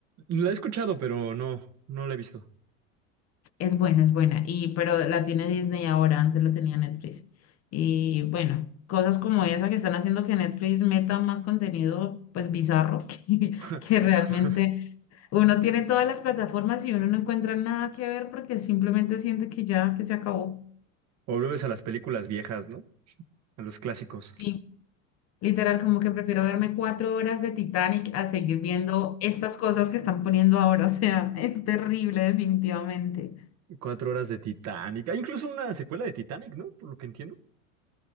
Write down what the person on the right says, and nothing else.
La he escuchado, pero no, no la he visto.
<laughs>
O vuelves a las películas viejas, ¿no? A los clásicos.
Cuatro horas de Titanic. Hay incluso una secuela de Titanic, ¿no? Por lo que entiendo.